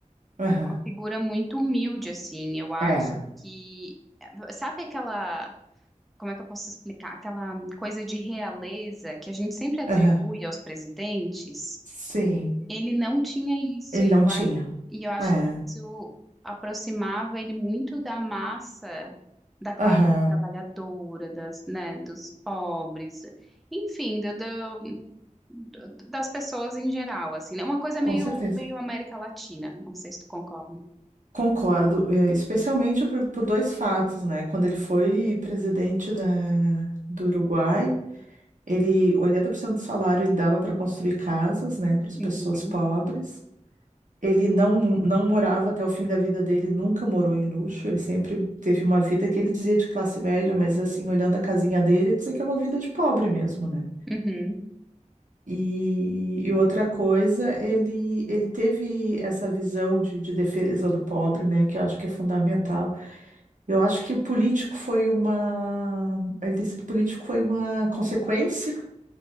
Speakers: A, on the right (about 75°); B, in the centre.
A: Aham.
B: Uma figura muito humilde, assim. Eu acho
A: É.
B: que, sabe aquela como é que eu posso explicar? Aquela coisa de realeza que a gente sempre atribui
A: Aham.
B: aos presidentes,
A: Sim,
B: ele não tinha isso,
A: ele
B: e
A: não
B: eu,
A: tinha.
B: a- e eu acho
A: É,
B: que isso aproximava ele muito da massa da classe
A: aham,
B: trabalhadora, das, né, dos pobres, enfim, do, do- do- das pessoas em geral, assim, né? Uma coisa
A: com
B: meio,
A: certeza.
B: meio América Latina, não sei se tu concorda.
A: Concordo, é, especialmente por, por dois fatos, né? Quando ele foi presidente da, do Uruguai, ele, 80% do salário ele dava para construir casas, né, para as
B: Uhum,
A: pessoas pobres. Ele não, não morava até o fim da vida dele, nunca morou em luxo, ele sempre teve uma vida que ele dizia de classe média, mas assim, olhando a casinha dele, ele dizia que é uma vida de pobre mesmo, né?
B: uhum.
A: E, e outra coisa, ele, ele teve essa visão de, de defesa do pobre, né, que eu acho que é fundamental. Eu acho que o político foi uma. Ele ter sido político foi uma consequência